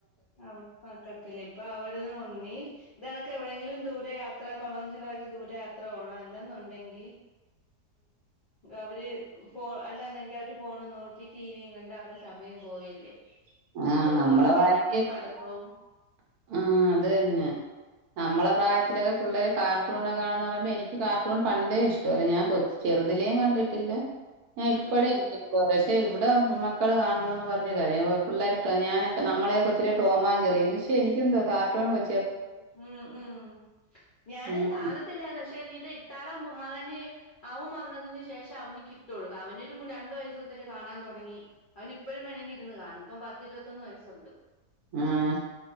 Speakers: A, on the left; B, on the right.
A: അ മക്കക്കില്ല ഇപ്പൊ അവര് ഒന്നി ഇതണക്ക് എവിടെയെങ്കിലും ദൂരയാത്ര പണവും ചെലവാക്കി ദൂരയാത്ര പോണം അല്ലന്നുണ്ടെങ്കി അവര് അല്ലന്നെങ്കി അവര് ഫോണും നോക്കി ടിവിം കണ്ട് അവരെസമയം പോവല്ലേ
B: ആ
A: സ്കൂള്
B: നമ്മളെ
A: തൊറക്കാണെങ്കി
B: <unintelligible>
A: പഠിത്തവും
B: ആ അത് തന്നെ നമ്മളെ പ്രായത്തിലൊക്കെ പിള്ളേര് കാർട്ടൂൺകാണുന്നു പറയുമ്പോ എനിക്ക് കാർട്ടൂൺ പണ്ടേ ഇഷ്ടല്ല ഞാൻ ചെറുതിലേ കണ്ടിട്ടില്ല ഞാൻ
A: ഉം
B: ഇപ്പഴും
A: ഉം
B: <unintelligible> പക്ഷേ ഇവിടെ മക്കൾ കാണണോ ന്ന് പറഞ്ഞ് കരയും പിള്ളേര്ട്ടോ ഞാനൊക്കെ നമ്മളെ കൊച്ചിലെ ടോമാഞ്ജറി പക്ഷെ എനിക്കെന്തോ കാർട്ടൂൺ വെ
A: ഉം ഉം ഞാനും
B: ഉം.
A: കാണത്തില്ലാരുന്നു പക്ഷെ ഇത്താടെ മകന് അവൻ വന്നതിന് ശേഷം അവന് കിട്ടൊള്ളു അവനൊരു രണ്ടു വയസ്മുതലേ കാണാൻ തുടങ്ങി അവന് ഇപ്പഴും വേണെങ്കി ഇരുന്ന് കാണും ഇപ്പം പത്തി ഇരുപത്തൊന്ന് വയസ്സുണ്ട്
B: ആഹ്.